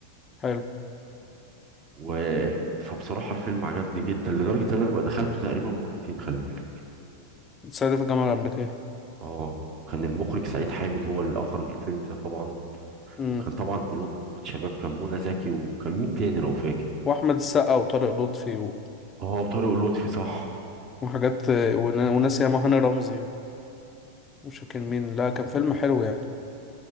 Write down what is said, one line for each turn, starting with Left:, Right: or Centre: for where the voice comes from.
Left: حلو
Right: و فبصراحة الفيلم عجبني جدا لدرجة ان انا لما دخلته تقريبا مرتين خلي بالك
Left: الصعيدي في الجامعة الأمريكية
Right: اه كان المخرج سعيد حامد هو اللي اخرج الفيلم ده طبعا
Left: امم
Right: وكان طبعا كلهم مجموعة شباب كان منى زكي وكان مين تاني لو فاكر
Left: وأحمد السقا وطارق لطفي و...
Right: اه وطارق لطفي صح
Left: وحاجات ون... وناس ياما هاني رمزي و... مش فاكر مين لا كان فيلم حلو يعني